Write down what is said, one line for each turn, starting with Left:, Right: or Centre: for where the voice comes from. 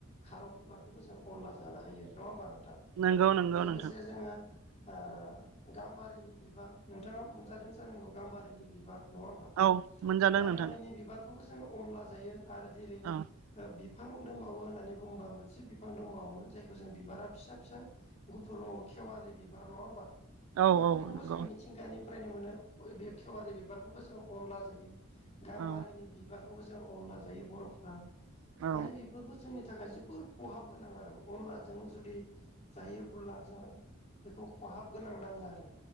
Left: खारं बिबारखौबो जों अनला जानो हायो नङा होमबा नोंथां
Right: नंगौ नंगौ
Left: लोगोसे
Right: नोंथां
Left: जोङो ओ गाम्बारिनि बिबार नोंथाङा मोनजादों जानांगौ गाम्बारिनि बिबार नङा होमबा
Right: औ मोनजादों
Left: गाम्बारिनि
Right: नोंथां
Left: बिबारखौबो जों अनला जायो आरो जेरै
Right: औ
Left: बि फां दंबावो होननानै बुङोबा मोनसे बिफां दंबावोमोन जायखौ जों बिबारा फिसा फिसा गुफुर औ खेवालि बिबार नङा होमबा
Right: औ
Left: बेफोरखौबो
Right: औ नंगौ
Left: जों मिथिंगानि फ्रायनो मोनो बे खेवारि बिबारखौबो जों अनला जायो गाम्बारिनि
Right: औ
Left: बिबार खौ जों अनला जायो बरफ्रा
Right: औ
Left: माने बेफोरखौ जोंनि थाखाय जोबोर खहाब गोनां आरो अनलाजों जुदि जायोबोला जोङो बेखौ खहाब गोनां नाङो आरो